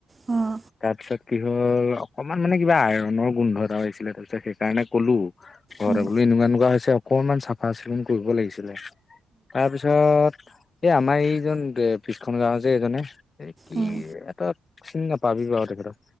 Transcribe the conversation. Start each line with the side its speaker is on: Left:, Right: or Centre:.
Right: উম
Left: তাৰপিছত কি হ'ল অকণমান মানে কিবা আইৰনৰ গোন্ধ এটা হয়ছিলে তাৰপিছত সেইকাৰণে ক'লো ঘৰ
Right: উম
Left: বো এনেকুৱা এনেকুৱা হৈছে অকনমান চাফা চিকুণ কৰিব লাগিছিলে তাৰপিছত এই আমাৰ এইজন পিছখন গাও যে এজনে কি
Right: উম
Left: এটা চিনি নাপাবি বাৰ তেখেতক